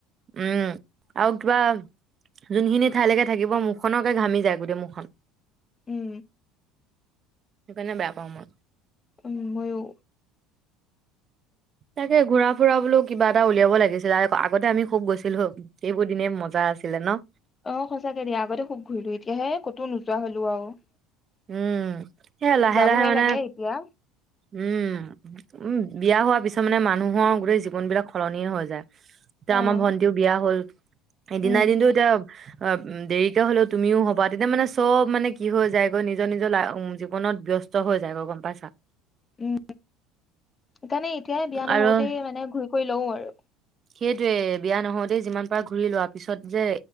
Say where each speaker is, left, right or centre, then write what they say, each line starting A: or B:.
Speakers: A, on the right; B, on the left.
A: উম আৰু কিবা যোনখিনি ঠাইলৈকে থাকিব মুখখনকে ঘামি যায় গোটেই মুখখন
B: উম
A: সকাৰনে বেয়া পাওঁ মই
B: তুমি ময়ো
A: তাকে ঘূৰা ফুৰা বোলো কিবা এটা উলিয়াব লাগিছিলে আগতে আমি খুব গৈছিলো সেইবোৰ দিনে মজা আছিলে ন
B: অ সঁচাকে দিয়া আগতে খুব ঘূৰিলো এতিয়াহে কতো নোযোৱা হলো আৰু
A: উম সেয়া লাহে
B: যাবহে
A: লাহে মানে
B: লাগে এতিয়া
A: উম উম বিয়া হোৱাৰ পিছত মানে মানুহৰ গোটেই জীৱন বিলাক সলনি হৈ যায় এয়া
B: অ',
A: আমাৰ ভন্টিও বিয়া হ'ল এদিনা
B: উম
A: দিলোঁ জম অ উ দেৰিকা হলেও তুমিও হবা তেতিয়া মানে চব মানে কি হৈ যায় নিজৰ নিজৰ ল জীৱনত ব্যস্ত হৈ যায় গ গম পাইছা
B: উম সেইকাৰণে এতিয়াই বিয়া নহওঁতেই
A: আৰু
B: মানে ঘূৰি কৰি লও আৰু
A: সেইটোয়ে বিয়া নহ দেই যিমান পাৰ ঘূৰি লোৱা পিছত যে